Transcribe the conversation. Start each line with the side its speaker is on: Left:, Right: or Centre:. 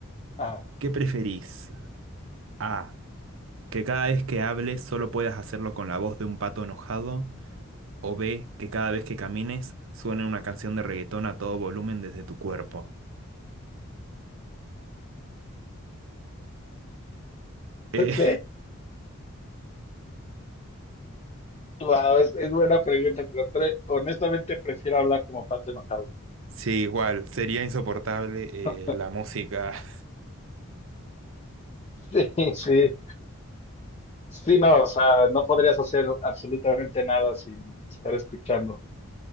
Left: ajá.
Right: ¿Qué preferís? A. Que cada vez que hables solo puedas hacerlo con la voz de un pato enojado. O B. Que cada vez que camines suene una canción de reggaetón a todo volumen desde tu cuerpo. Eh,
Left: Ok. Wow, es, es buena pregunta, pero pre- honestamente prefiero hablar como pato enojado.
Right: <laughs> sí, igual. Sería insoportable
Left: <laughs>
Right: eh, la música. <laughs>
Left: Sí, sí. Sí, no, o sea, no podrías hacer absolutamente nada sin estar escuchando